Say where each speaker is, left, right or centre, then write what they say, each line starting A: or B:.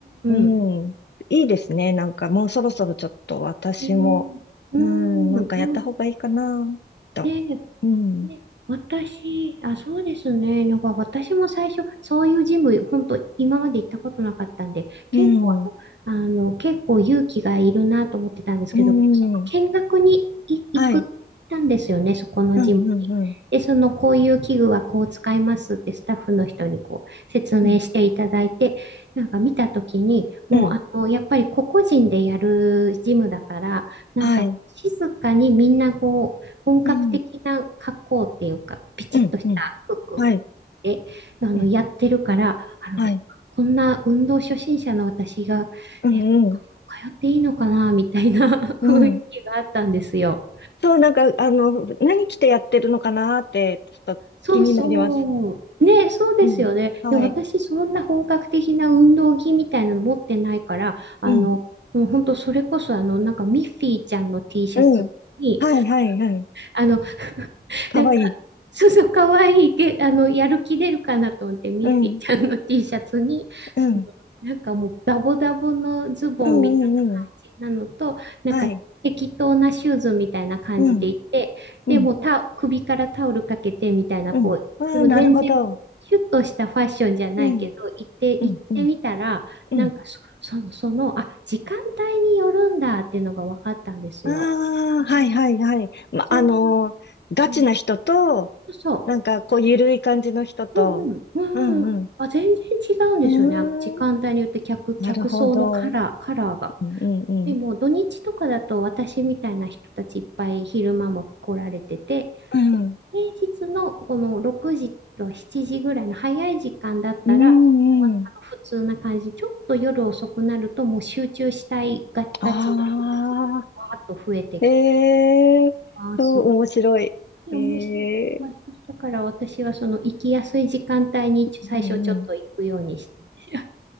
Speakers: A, on the left (about 75°); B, on the right (about 80°).
A: うん、
B: うん、
A: いいですね。なんかもうそろそろちょっと私も、
B: えー、うん、
A: うん、なんかやった方がいいかな、
B: なん、
A: と。
B: えーね、
A: うん、
B: 私、あ、そうですね。なんか私も最初、そういうジム、本当今まで行ったことなかったんで、結構、
A: うん、
B: あの、あの結構勇気がいるなと思ってたんですけど、
A: うん、
B: その見学にい行くったんですよね、
A: はい、
B: そこのジムに。
A: うん、うん、うん、
B: で、その、こういう器具はこう使いますってスタッフの人にこう説明していただいて、
A: うん、
B: なんか見たときに、もう、
A: うん
B: あの、やっぱり個々人でやるジムだから、なんか静かにみんなこう、
A: はい。
B: 本格的な格好っていうか、
A: うん
B: ピチッとした服
A: うん、うん、はい、
B: で、あの、
A: うん、
B: やってるから、あの、
A: はい、
B: こんな運動初心者の私が、
A: うん、
B: え、通っていいのかな、
A: うん、
B: みたいな <laughs> 雰囲気があったんですよ。
A: うん。そう、なんか、あの、何着てやってるのかなーって、ちょっと気になります。
B: そうそう。ね、そうですよね。
A: うん、はい、
B: いや、私、そんな本格的な運動着みたいなの持ってないから、あの、
A: うん、
B: もう本当、それこそ、あの、なんか、ミッフィーちゃんの T シャツに、
A: うん、はい、はい、はい、
B: あの、<laughs>
A: かわいい。
B: なんか、そうそう、かわいいけ、あの、やる気出るかなと思って、ミッフィーちゃんの
A: うん、
B: T シャツに、
A: うん、
B: そのなんかもう、ダボダボのズボンみたい
A: うん、うん、うん、
B: な感じなのと、なんか、
A: はい、
B: 適当なシューズみたいな感じでいて、
A: うん、うん、
B: でもタ、首からタオルかけてみたいな、
A: うん。
B: こう、
A: ああ、
B: でも全然こう、
A: なるほど。
B: シュッとしたファッションじゃないけど、
A: うん、
B: 行って、行ってみたら、
A: うん、うん、うん。
B: なんかそ、その、その、あ、時間帯によるんだっていうのが分かったんですよ。
A: あ
B: うん
A: あ、はい、はい、はい。ま、
B: そういう
A: あのーガチな人と、
B: うん、そうそ
A: なんか、こう、ゆるい感じの人と、
B: う。うんうん。うんうん。
A: うん、うん。
B: あ、全然違うんですよね。
A: う
B: あの時間帯によって客、
A: ーんなるほど。
B: 客層のカラー、カラーが。
A: うんうんうん。
B: でも土日とかだと私みたいな人たちいっぱい昼間も来られてて、
A: うん。
B: で平日のこの6時と7時ぐらいの早い時間だったら、
A: うんうん。
B: 終わったの普通な感じで、ちょっと夜遅くなるともう集中したいが、
A: ああ、
B: ガチの人たちがわーっと増えてきて、
A: ええー、
B: あーす
A: そう、面白い。
B: いや面白い。
A: ええー、
B: あ、そうだから私はその行きやすい時間帯に最初ちょっと行くようにしてま
A: うんうん。